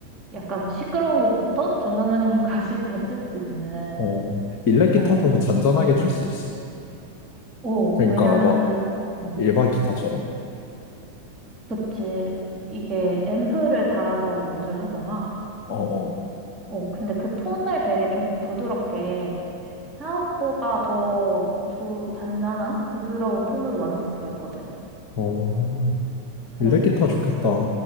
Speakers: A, on the right; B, on the left.
A: 약간 시끄러운 것부터 잔잔한 것까지 <laughs> 다칠 수 있는,
B: 어, 일렉 기타도
A: 어.
B: 잔잔하게 칠 수 있어?
A: 오,
B: 그러니까
A: 왜냐면은
B: 막
A: 그, 어,
B: 일반 기타처럼?
A: 그치. 이게 앰프를 달아서 연주를 하잖아.
B: 어, 어,
A: 어, 근데 그 톤을 되게 좀 부드럽게 생각보다 더 조, 잔잔한 부드러운 톤으로 만들 수가 있거든.
B: 어,
A: 그래가지고.
B: 일렉 기타 좋겠다.